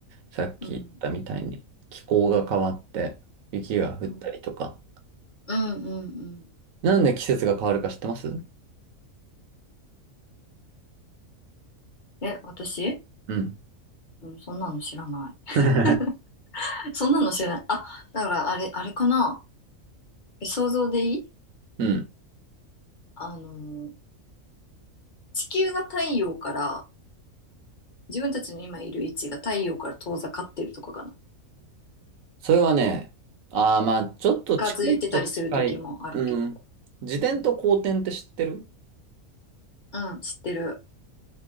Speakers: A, on the right; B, on the left.
A: さっき言ったみたいに気候が変わって雪が降ったりとか。
B: うん。うん。うんうんうん。
A: なんで季節が変わるか知ってます
B: え、私
A: うん。
B: うん、そんなの知らない。
A: <laughs>
B: <laughs> そんなの知らない。あ、だからあれ、あれかな。え想像でいい
A: うん
B: あのー、地球が太陽から自分たちの今いる位置が太陽から遠ざかってるとかかな。
A: それはね、ああ、まあ、ちょっと近いっちゃ近い。
B: 近づいてたりする時もあるけど。
A: うん。自転と後転って知ってる
B: うん、うん、知ってる。